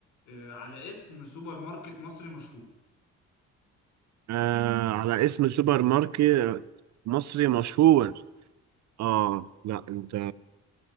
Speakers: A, on the left; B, on the right.
A: آه، على اسم سوبر ماركت مصري مشهور
B: آه على اسم سوبر ماركت مصري مشهور اه لا انت